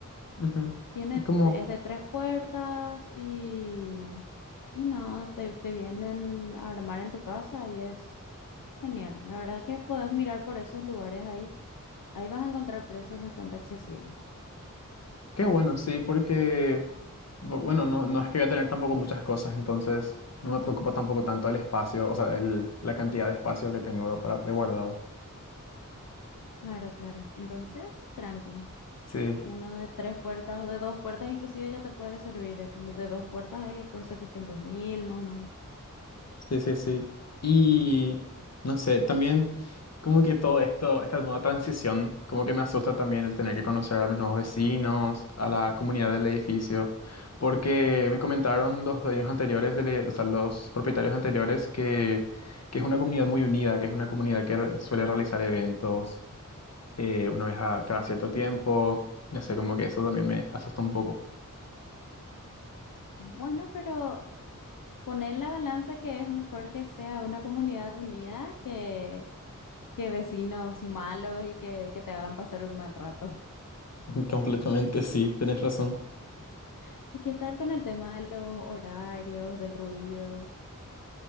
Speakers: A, on the left; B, on the left.
A: ujú.
B: Tiene
A: Y como,
B: desde tres puertas y, y nada, te, te vienen a armar en tu casa y es genial. La verdad que puedes mirar por esos lugares ahí. Ahí vas a encontrar precios bastante accesibles.
A: qué bueno, sí, porque, bu- bueno, no, no es que voy a tener tampoco muchas cosas, entonces no me preocupa tampoco tanto el espacio, o sea, el, la cantidad de espacio que tengo para, de guardado.
B: Claro, claro. Entonces, tranqui.
A: Sí.
B: Uno de tres puertas o de dos puertas, inclusive ya te puede servir. El De dos puertas ahí por setecientos mil, más o menos.
A: Sí, sí, sí. Y no sé, también como que todo esto, esta nueva transición, como que me asusta también el tener que conocer a mis nuevos vecinos, a la comunidad del edificio, porque me comentaron los dueños anteriores, del e- o sea, los propietarios anteriores, que, que es una comunidad muy unida, que es una comunidad que re- suele realizar eventos eh, una vez a cada cierto tiempo. No sé, como que eso también me asusta un poco.
B: Bueno, pero poner en la balanza que es mejor que sea una comunidad unida que, que vecinos malos y que, que te hagan pasar un mal rato.
A: <laughs> Completamente, sí, tenés razón.
B: <laughs> ¿Y qué tal con el tema de los horarios, del ruido?